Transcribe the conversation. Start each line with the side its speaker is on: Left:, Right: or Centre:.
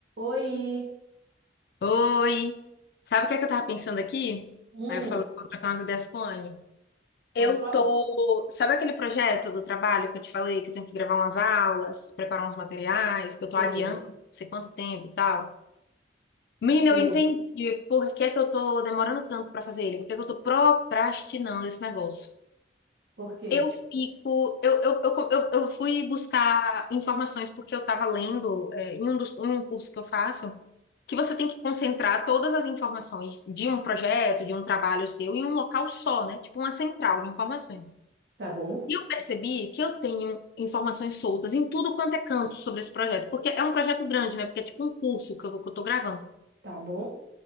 Right: Oi,
Left: Oi! Sabe o que é que eu tava pensando aqui?
Right: Hum,
Left: Aí eu falei, vou trocar umas ideias com a Anne.
Right: pode
Left: Eu
Right: falar?
Left: tô. Sabe aquele projeto do trabalho que eu te falei que eu tenho que gravar umas aulas, preparar uns materiais, que eu tô
Right: sei,
Left: adiando não sei quanto tempo e tal? Menina,
Right: sei.
Left: eu entendi por que que eu tô demorando tanto pra fazer ele, por que que eu tô procrastinando esse negócio.
Right: Por quê?
Left: Eu fico, eu, eu, eu, eu, eu fui buscar informações porque eu estava lendo, é, em um dos, em um curso que eu faço, que você tem que concentrar todas as informações de um projeto, de um trabalho seu, em um local só, né? Tipo uma central de informações.
Right: Tá bom,
Left: E eu percebi que eu tenho informações soltas em tudo quanto é canto sobre esse projeto, porque é um projeto grande, né? Porque é tipo um curso que eu, vou- que eu tô gravando.
Right: tá bom,